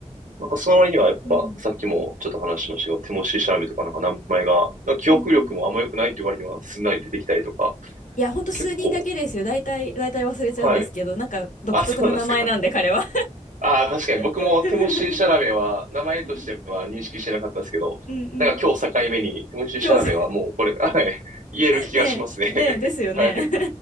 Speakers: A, on the right; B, on the left.
A: なんかその割にはやっぱさっきもちょっと話しましたけど、
B: うん
A: ティモシー・シャラメとかなんか名前が、なんか記憶力もあんま良くないっていう割にはすんなり出てきたりとか、
B: うんうん。いやほんと数人だけですよ大体大体忘れちゃうんですけどなんか独特な名前なんで彼は
A: 結構、はい。あ、そうなんですか。ああ、確かに僕もティモシー・
B: <laughs>
A: シャラメは名前としては認識してなかったですけど、
B: うんうん
A: なんか今日境目にティモシー・
B: 今日
A: シャラメはもうこれ、はい、言える気がしますね。
B: ねえねえですよね
A: <laughs> はい、